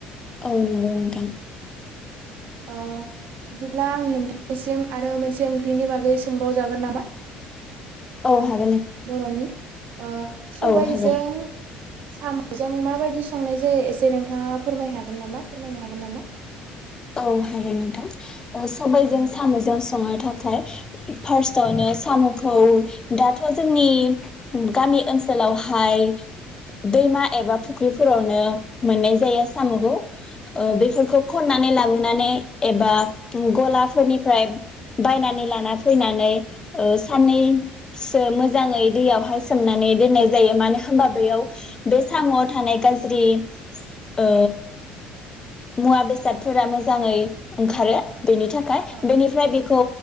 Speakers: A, on the left; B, on the right.
A: औ नोंगौ नोंथां
B: ओ दिब्ला आं नोंथां <unintelligible> सिम आरो मोनसे ओंख्रिनि बागै सोंबावजागोन नामा
A: औ हाग
B: बरनि ओ सबायजों
A: औ हागोन
B: सामजों माबायदि संनाय जायो एसे नोंथाङा फोरमाय हागोन नामा फोरमायनो हागोन नामा
A: औ हागोन नोंथां ओ सबायजों
B: औ दे
A: साम जों संनो थाखाय फार्स्टआवनो सामखौ दाथ जोंनि गामि ओनसोलावहाय दैमा एबा फुख्रिफोरावनो मोननाय जाया सामखौ ओ
B: औ
A: बेफोरखौ
B: नोंथां
A: खना नानै लाबोनानै एबा गलाफोरनिफ्राय बायनानै लाना फैनानै ओ साननैसो मोजाङै दैयावहाय सोमनानै दोननाय जायो मानो हो होमबा बेयाव
B: औ औ नोंथां
A: बे सामआव थानाय गाज्रि ओ मुवा बेसाद फोरा मोजाङै ओंखारो बेनि थाखाय
B: औ
A: बेनिफ्राय
B: औ नोंथां
A: बेखौ